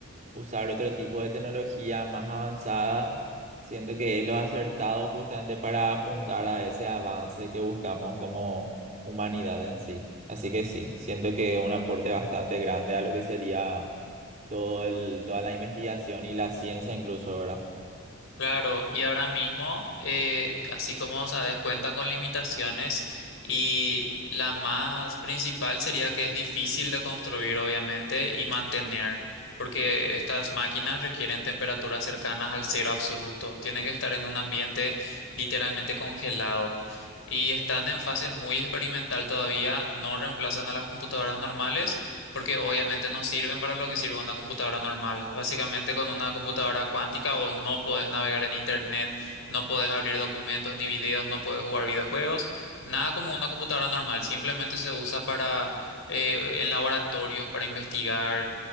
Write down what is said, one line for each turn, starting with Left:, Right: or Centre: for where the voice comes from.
Right: usar otro tipo de tecnología más avanzada, siento que es lo acertado justamente para apuntar a ese avance que buscamos como humanidad en sí. Así que sí, siento que es un aporte bastante grande a lo que sería todo el, toda la investigación y la ciencia incluso, ¿verdad?
Left: Claro, y ahora mismo, eh, así como sabes, cuenta con limitaciones y la más principal sería que es difícil de construir, obviamente, y mantener, porque estas máquinas requieren temperaturas cercanas al cero absoluto, tienen que estar en un ambiente literalmente congelado y están en fase muy experimental todavía, no reemplazan a las computadoras normales porque obviamente no sirven para lo que sirve una computadora normal. Básicamente con una computadora cuántica vos no podés navegar en internet, no podés abrir documentos ni videos, no podés jugar videojuegos, nada como una computadora normal, simplemente se usa para eh, en laboratorios, para investigar